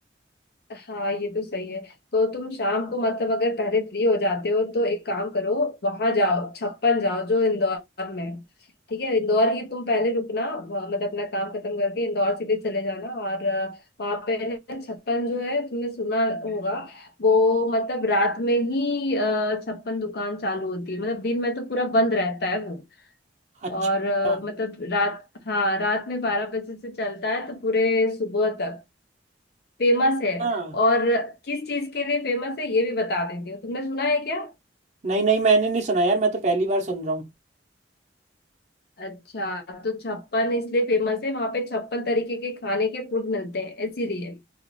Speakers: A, on the left; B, on the right.
A: हाँ ये तो सही है तो तुम शाम को मतलब अगर पहले फ्री हो जाते हो तो एक काम करो वहां जाओ छप्पन जाओ जो इंदौर में है। ठीक है इंदौर ही तुम पहले रुकना वहाँ- मतलब अपना काम खत्म करके इंदौर सीधे चले जाना और वहां पे ना छप्पन जो है तुमने सुना होगा वो मतलब रात में ही अ, छप्पन दुकान चालू होती है मतलब दिन में तो पूरा बंद रहता है वो
B: अच्छा
A: और अ, मतलब रात हाँ रात में बारह बजे से चलता है तो पूरे सुबह तक फेमस है
B: अच्छा
A: और किस चीज के लिए फेमस है ये भी बता देती हूँ तुमने सुना है क्या
B: नहीं नहीं मैंने नहीं सुना यार मैं तो पहली बार सुन रहा हूँ
A: अच्छा तो छप्पन इसलिए फेमस है वहां पे छप्पन तरीके के खाने के फूड मिलते हैं इसीलिए